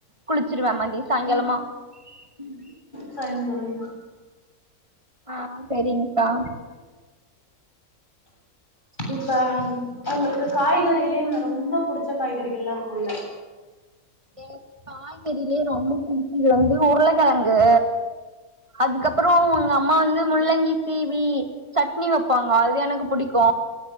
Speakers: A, on the right; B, on the left.
A: குளிச்சிருவே மதிய சாயங்காலமா உம்
B: சாயனு தொழி
A: ஆஹ் செரிங்க்கா
B: இப்ப உங்களுக்கு காய்கறிலயே இந்த ரொம்ப புடிச்ச காய்கறிகள் எல்லா இருக்கும்ல்ல
A: எனக்கு காய்கறிலேயே ரொம்ப பிடிச்சது வந்து உருளைக்கிழங்கு அதுக்கப்புறோ உங்க அம்மா வந்து முள்ளங்கி சீவி சட்னி வைப்பாங்க அது எனக்கு பிடிக்கு